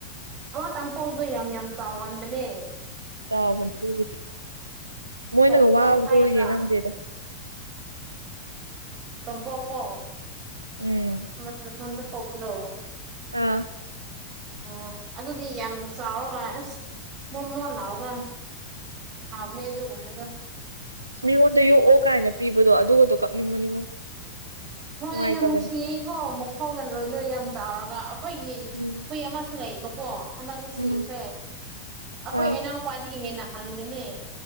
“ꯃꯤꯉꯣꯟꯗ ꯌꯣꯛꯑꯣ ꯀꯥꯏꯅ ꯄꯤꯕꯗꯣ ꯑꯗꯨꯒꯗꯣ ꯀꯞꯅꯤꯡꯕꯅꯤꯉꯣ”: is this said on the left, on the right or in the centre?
Right